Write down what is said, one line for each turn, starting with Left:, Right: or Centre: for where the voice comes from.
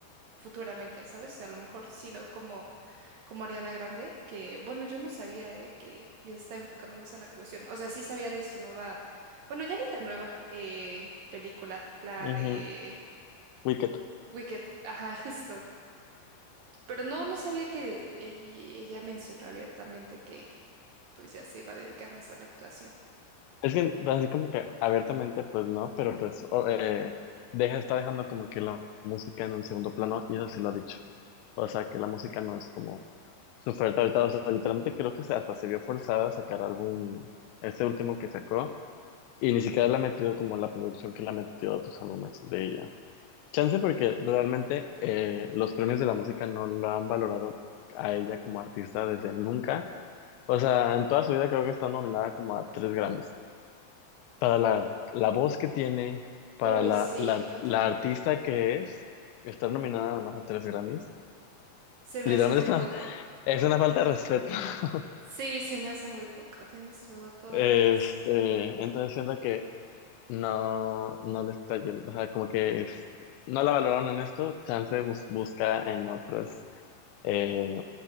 Right: futuramente, ¿sabes? O sea, A lo mejor sí, no como, como Ariana Grande, que bueno, yo no sabía de que ya se está enfocando más en la actuación. O sea, sí sabía de su nueva, bueno, ya ni tan nueva eh, película, la
Left: ujú,
Right: de
Left: Wicked.
Right: Wicked, ajá, <laughs> justo. Pero no, no sabía que de- ella, ella mencionó abiertamente que pues ya se iba a dedicar más a la actuación.
Left: Es que, pues, así como que abiertamente, pues no, pero pues o- eh, deja, está dejando como que la música en un segundo plano, y eso sí lo ha dicho. O sea, que la música no es como su oferta ahorita. O sea, literalmente creo que se, hasta se vio forzada a sacar álbum, este último que sacó. Y ni siquiera la ha metido como la producción que la ha metido a otros álbumes de ella. Chance porque realmente eh, los premios de la música no la han valorado a ella como artista desde nunca. O sea, en toda su vida creo que está nominada como a tres Grammys. Para la, la voz que tiene, para
Right: Uy,
Left: la,
Right: sí,
Left: la,
Right: totalmente.
Left: la artista que es, estar nominada nada más a tres Grammys.
Right: Se me
Left: Literalmente
Right: hace muy
Left: es
Right: poco.
Left: una, es una falta de respeto. <laughs>
Right: Sí, se me hace muy poco. Tienes toda, toda
Left: Este,
Right: la razón.
Left: entonces siento que no, no le está yendo, o sea, como que es- no la valoraron en esto, chance bus- busca en otras eh,